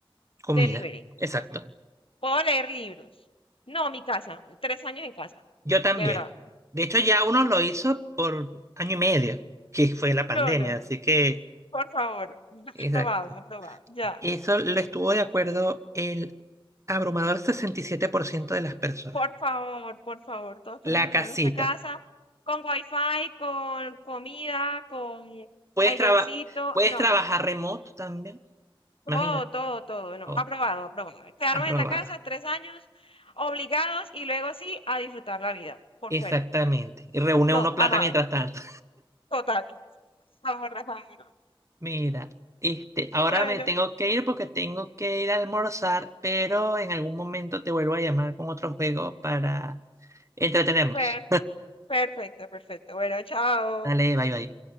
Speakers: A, on the right (about 30°); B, on the left (about 75°).
A: comida.
B: delivery.
A: Exacto.
B: Puedo leer libros. No, mi casa. Tres años en casa.
A: Yo también.
B: De verdad.
A: De hecho, ya uno lo hizo por año y medio, que fue la
B: No,
A: pandemia,
B: no, no.
A: así que...
B: Por favor. <laughs>
A: Exacto.
B: Aprobado, aprobado. Ya.
A: Eso lo estuvo de acuerdo el abrumador 67% de las personas.
B: Por favor, por favor. Todos queremos
A: La
B: estar
A: casita.
B: en nuestra casa. Con wifi, con comida, con
A: Puedes,
B: airecito.
A: traba- puedes
B: No.
A: trabajar remoto también.
B: Todo,
A: Imagínate.
B: todo, todo. No.
A: todo.
B: Aprobado, aprobado. Quedarme
A: aprobado.
B: en la casa tres años obligados y luego sí a disfrutar la vida por
A: Exactamente.
B: fuera.
A: Y reúne
B: No,
A: uno plata
B: amado.
A: mientras tanto.
B: Total. Por favor, Rafael.
A: <laughs> Mira, este, ahora
B: Bueno,
A: me tengo que ir porque tengo que ir a almorzar, pero en algún momento te vuelvo a llamar con otro juego para entretenernos.
B: per- perfecto, perfecto. Bueno, chao.
A: Dale, bye bye.